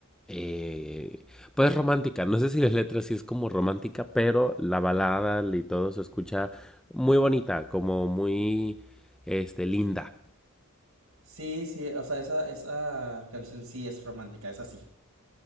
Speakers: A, in the centre; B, on the right.
A: eh, pues romántica. No sé si las letras sí es como romántica, pero la balada y todo se escucha muy bonita, como muy, este, linda.
B: Sí, sí, o sea, esa, esa canción sí es romántica, esa sí.